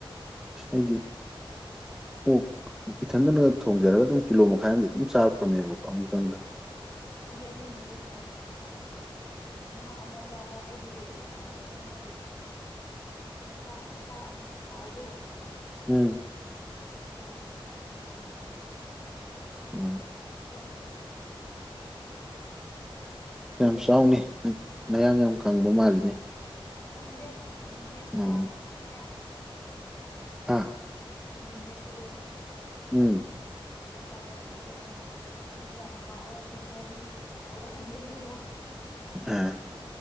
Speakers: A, in the centre; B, on the left (about 30°).
A: ꯑꯁ ꯑꯩꯗꯤ ꯑꯣꯛ ꯏꯊꯟꯗꯅꯒ ꯊꯣꯡꯖꯔꯒ ꯑꯗꯨꯝ ꯀꯤꯂꯣ ꯃꯈꯥꯏ ꯑꯝꯗꯤ ꯑꯗꯨꯝ ꯆꯥꯕ ꯉꯝꯃꯦꯕꯀꯣ ꯑꯃꯨꯛꯇꯪꯗ
B: ꯍꯧꯖꯤꯛ ꯑꯩꯈꯣꯏꯅ ꯂꯦꯝꯍꯧꯔꯤꯕ ꯌꯦꯟꯁꯥꯡ ꯗꯨꯗꯤ ꯃꯥ ꯑꯃ ꯆꯥꯕ꯭ꯔꯥ ꯑꯩꯗꯤ ꯑ ꯀꯩꯅꯣ ꯃꯥꯒꯤ ꯃꯊꯥ ꯃꯇꯥ ꯊꯥꯎꯗꯣ
A: ꯎꯝ
B: <unintelligible> ꯆꯥꯌꯦꯕꯥ ꯑꯗꯨ ꯆꯥꯅꯤꯡꯗꯕꯒꯤ ꯆꯝꯐꯨꯠ
A: ꯎꯝ
B: ꯆꯥꯏ
A: ꯈꯥ ꯌꯥꯝ ꯆꯥꯎꯅꯦ
B: ꯑꯗꯨ
A: ꯅꯌꯥꯡ ꯌꯥꯝ ꯀꯪꯕ ꯃꯥꯜꯂꯤꯅꯦ
B: ꯈꯪꯗꯦ ꯊꯪꯖꯤꯡ ꯃꯦꯠꯄ
A: ꯎꯝ
B: ꯆꯥꯔꯦ
A: ꯍꯥ
B: ꯊꯥꯡꯖꯤꯡ ꯃꯦꯠꯄꯗꯣ
A: ꯎꯝ
B: ꯑꯗꯨ ꯆꯥꯔꯦ ꯑꯗꯨ ꯑꯩꯅ ꯑꯗꯨꯗꯤ ꯌꯥꯝ ꯍꯥꯎꯋꯦ ꯑꯗꯨꯏ ꯉꯥꯔꯤ ꯍꯥꯎꯕ ꯊꯝꯕꯒꯤꯀꯣ
A: ꯑ